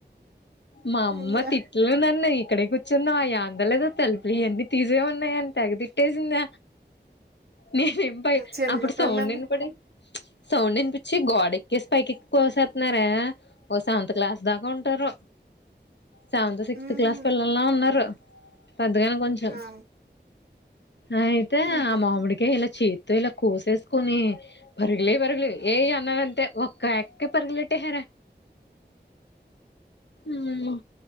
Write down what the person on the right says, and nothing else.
అయ్యో
చిన్నపిల్లలు
ఉహు
ఆ
ఉహు